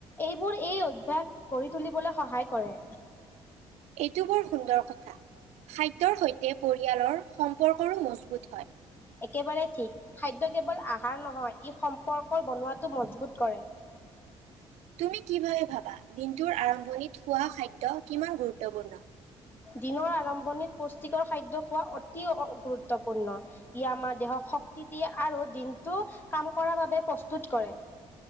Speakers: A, on the left; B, on the right.
A: এইবোৰ এই অইভ্যাক গঢ়ি তুলিবলৈ সহায় কৰে।
B: এইটো বৰ সুন্দৰ কথা। খাদ্যৰ সৈতে পৰিয়ালৰ সম্পৰ্কৰো মজবুত হয়।
A: একেবাৰে ঠিক। খাদ্য কেৱল আহাৰ নহয়, ই সম্পৰ্কৰ বনোৱাটো মজবুত কৰে।
B: তুমি কি ভাবে ভাবা, দিনটোৰ আৰম্ভণিত খোৱা খাদ্য কিমান গুৰুত্বপূৰ্ণ?
A: দিনৰ আৰম্ভণিত পুষ্টিকৰ খাদ্য খোৱা অতি গুৰুত্বপূৰ্ণ। ইয়ে আমাৰ দেহক শক্তি দিয়ে আৰু দিনটো কাম কৰাৰ বাবে প্ৰস্তুত কৰে।